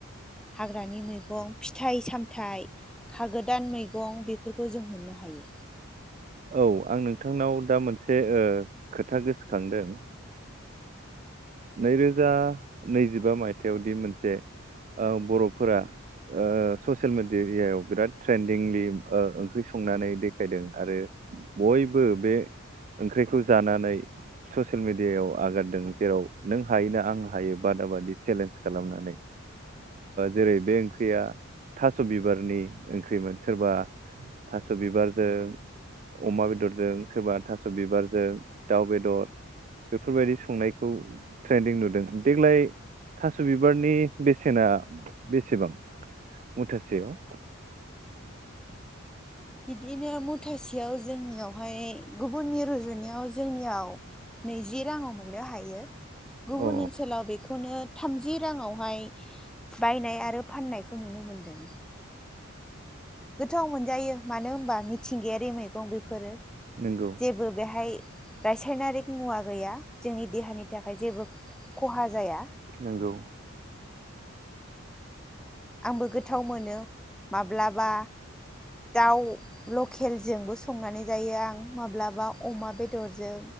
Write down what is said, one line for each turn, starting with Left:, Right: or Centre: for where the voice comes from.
Centre: हाग्रानि मैगं फिथाइ सामथाइ खागोदान मैगं बेफोरखौ जों मोननो हायो।
Right: औ आं नोंथांनाव दा मोनसे खोथा गोसोखांदों नैरोजा नैजिबा मायथाइयावदि मोनसे बर'फोरा ससियेल मेडियाव बिराद ट्रेन्दिंलि ओंख्रि संनानै देखायदों आरो। बयबो बे ओंख्रिखौ जानानै ससियेल मिडियायाव आगारदों जेराव नों हाय ना आं हायो बादा बादि चेलेन्ज खालामनानै जेरै बे ओंख्रिया थास बिबारनि ओंख्रिमोन सोरबा थास बिबारजों। अमा बेदरजों सोरबा थास बिबारजों दाउ बेदर बेफोरबायदि संनायखौ ट्रेन्दिं नुदों देग्लाय थास बिबारनि बेसेना बेसेबां मुथासेयाव?
Centre: बिदिनो मुथासेयाव जोंनियावहाय गुबुननि रुजुनायाव जोंनियाव नैजि राङाव मोननो हायो। गुबुन
Right: अ
Centre: ओनसोलाव बेखौनो। थामजि राङावहाय बायनाय आरो फाननायखौ नुनो मोनदों। गोथाव मोनजायो मानो होनबा मिथिंगायारि मैगं बेफोरो।
Right: नंगौ
Centre: जेबो बेहाय रासायनारिक मुवा गैया जोंनि देहानि नि थाखाय जेबो खहा जाया।
Right: नंगौ
Centre: आंबो गोथाव मोनो माब्लाबा दाउ लकेलजोंबो संनानै जायो आं माब्लाबा अमा बेदरजों